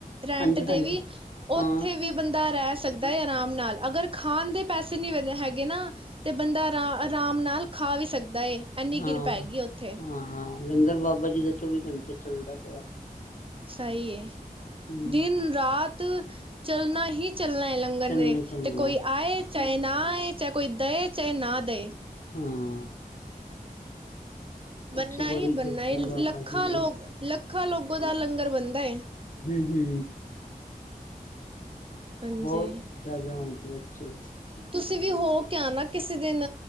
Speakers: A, on the right (about 35°); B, on the left (about 60°).
A: ਰੈਂਟ
B: ਹਾਂਜੀ
A: ਤੇ
B: ਹਾਂਜੀ
A: ਵੀ
B: ਹਾਂ
A: ਉੱਥੇ ਵੀ ਬੰਦਾ ਰਹਿ ਸਕਦਾ ਹੈ ਆਰਾਮ ਨਾਲ, ਅਗਰ ਖਾਣ ਦੇ ਪੈਸੇ ਨਹੀਂ ਹੈਗੇ ਨਾ, ਤੇ ਬੰਦਾ ਆਰਾ ਆਰਾਮ ਨਾਲ ਖਾ ਵੀ ਸਕਦਾ। ਏ, ਐੰਨੀ
B: ਹਾਂ
A: ਕਿਰਪਾ ਹੈਗੀ ਉੱਥੇ।
B: ਹਾਂ ਲੰਗਰ ਬਾਬਾ ਜੀ ਦਾ ਚੌਵੀ ਘੰਟੇ ਚੱਲਦਾ ਪਿਆ।
A: ਸਹੀ ਹੈ।
B: ਹਮ
A: ਦਿਨ-ਰਾਤ ਤੁ ਚੱਲਣਾ ਹੀ ਚੱਲਣਾ ਏ ਲੰਗਰ
B: ਚੱਲਣਾ
A: ਨੇ,
B: ਚੱਲਣਾ
A: ਤੇ ਕੋਈ ਆਏ ਚਾਇ ਨਾਂ ਆਏ, ਚਾਏ ਕੋਈ ਦਏ ਚਾਏ ਨਾ ਦੇਏ
B: ਹਾਂ
A: ਬਣਨਾ
B: ਉੱਥੇ ਬੜੀ
A: ਹੀ ਬਣਨਾ
B: ਕਿਰਪਾ
A: ਹੈ, ਲੱਖਾਂ
B: ਬਾਬਾ ਜੀ
A: ਲੋਕ
B: ਦੀ
A: ਲੱਖ ਲੱਖਾਂ ਲੋਗੋ ਦਾ ਲੰਗਰ ਬਣਦਾ ਏ।
B: ਜੀ ਈ
A: ਹਾਂਜੀ
B: ਬਹੁਤ ਜ਼ਿਆਦਾ <unintelligible>
A: ਤੁਸੀਂ ਵੀ ਹੋ। ਤੇ ਆਨਾ ਕਿਸੇ ਦਿਨ,